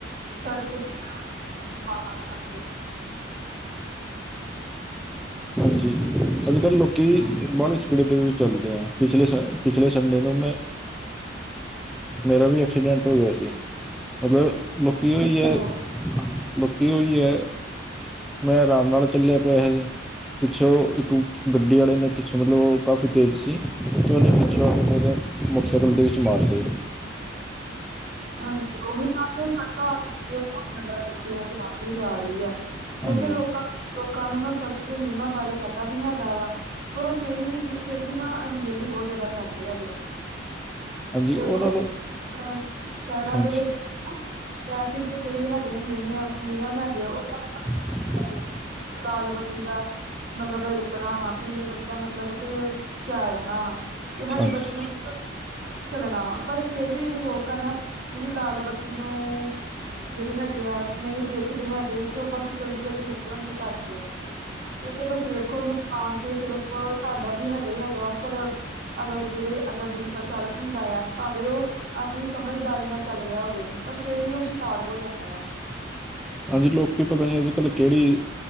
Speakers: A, on the right; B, in the centre.
A: ਸੜਕ ਦੀਆਂ <unintelligible>
B: ਜੀ ਅੱਜ-ਕੱਲ ਲੋਕੀ
A: ਹਾਂਜੀ
B: ਬਾਲੀ ਸਪੀਡ ਦੇ ਵਿੱਚ ਚੱਲਦੇ ਐ। ਪਿਛਲੇ ਪਿਛਲੇ ਸੰਡੇ ਨੂੰ ਮੈਂ ਮੇਰਾ ਵੀ, ਐਕਸੀਡੈਂਟ ਹੋ ਗਿਆ ਸੀ। ਮਤਲਬ, ਲੋਕੀ
A: ਅੱਛਾ
B: ਓਈ
A: ਅੱਛਾ
B: ਐ, ਲੋਕੀ ਓਈ ਐ ਮੈਂ, ਆਰਾਮ ਨਾਲ ਚੱਲੇ ਪਿਆ ਜੀ। ਪਿੱਛੋ, ਇੱਕ ਗੱਡੀ ਆਲੇ ਨੇ, ਪਿੱਛੋ ਮਤਲਬ, ਉਹ ਕਾਫੀ ਤੇਜ਼ ਸੀ, ਤੇ ਉਹਨੇ ਪਿੱਛੋ ਆ ਕੇ, ਫੇਰ ਮੋਟਰਸਾਈਕਲ ਦੇ ਵਿੱਚ ਮਾਰਤੇ
A: ਹਾਂਜੀ, ਉਹੀ ਤਾਂ ਸੜਕ ਹਾਦਸੇ ਦੀਆਂ ਬਹੁਤ ਜਿਆਦਾ ਗਿਣਤੀ, ਇਨਾਂ ਦੀ ਵੱਧਦੀ ਜਾ ਰਹੀ ਐ। ਕਿਉਕਿ
B: ਹਾਂਜੀ
A: ਲੋਕਾਂ, ਲੋਕਾਂ ਨੂੰ ਨਾ ਸੜਕ ਦੇ ਨਿਯਮਾਂ ਬਾਰੇ ਪਤਾ ਵੀ ਹੈਗਾ ਵਾ। ਪਰ ਉਹ ਫੇਰ ਵੀ, ਫੇਰ ਵੀ ਨਾ, ਅਣਗਹਿਲੀ ਬਹੁਤ ਜਿਆਦਾ ਕਰਦੇ ਹੈਗੇ ਨੇ।
B: ਹਾਂਜੀ,
A: ਵੇਖੋ
B: ਓਨਾਂ ਨੂੰ
A: ਅ ਸ਼ਹਿਰਾਂ
B: ਹਾਂਜੀ
A: ਦੇ ਵਿੱਚ ਹਨਾ, ਟ੍ਰੈਫਿਕ ਦੇ ਜਿਹੜੇ ਹੈਗੇ ਨੇ ਨਿਯ ਨਿਯਮ ਹੈਗੇ ਆ ਉਹ
B: <inaudible>
A: ਸਾਰੇ ਹੈਗੇ ਲਾਲ ਬੱਤੀ ਦਾ ਮਤਲਬ ਰੁਕਣਾ ਵਾ, ਪੀਲੀ ਬੱਤੀ ਦਾ ਮਤਲਬ ਕੇ ਤਿਆਰ ਰਹਿਣਾ ਵਾ। ਤੇ ਹਰੀ
B: ਹਾਂਜੀ
A: ਬੱਤੀ ਮੰਤਲਬ ਚੱਲਣਾ ਵਾ, ਪਰ ਫੇਰ ਵੀ ਜਿਹੜੇ ਲੋਕ ਆ ਨਾ ਜਿਹੜੀ, ਲਾਲ ਬੱਤੀ ਨੂੰ ਜਿਹੜੀ ਹੈਗੀ ਆ, ਨਹੀਂ ਦੇਖਦੇ ਹੈਗੇ ਤੇ ਬਸ ਜਲਦੀ, ਜਲਦੀ ਨਿ ਨਿਕਲਣ ਦੀ ਕਰਦੇ ਨੇ, ਉਹਦੇ ਵਿੱਚ ਵੇਖੋ ਨੁਕਸਾਨ ਤੇ ਸਿਰਫ ਤੁਹਾਡਾ ਵੀ, ਹੈਗਾ ਹੀ ਹੈਗਾ ਉਪਰ ਅਗਲੇ ਜਿਹੜੇ, ਅੱਗੇ ਦੂਸਰਾ ਚਾਲਕ ਹੁੰਦਾ ਆ, ਭਾਵੇਂ ਉਹ ਆਪਣੀ ਸਮਝ ਦਾਰੀ ਨਾਲ ਚਲ ਰਿਹਾ ਹੋਵੇ, ਪਰ ਫੇਰ ਵੀ ਉਹ ਸ਼ਿਕਾਰ ਹੋ ਜਾਂਦਾ ਆ।
B: ਹਾਂਜੀ, ਲੋਕ ਪਤਾ ਨੀ ਅੱਜ- ਕੱਲ ਕਿਹੜੀ